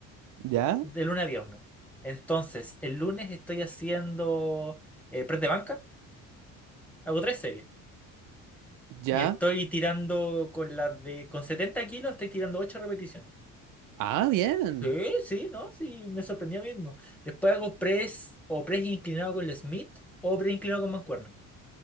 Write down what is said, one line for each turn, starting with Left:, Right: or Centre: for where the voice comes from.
Right: ya,
Centre: de lunes a viernes. Entonces, el lunes estoy haciendo eh, press de banca, hago tres series.
Right: ya,
Centre: Y estoy tirando con las de... Con 70 kilos estoy tirando 8 repeticiones.
Right: ah, bien,
Centre: Sí, sí, ¿no? Sí, me sorprendía mismo. Después hago press o press inclinado con el Smith o press inclinado con mancuerna.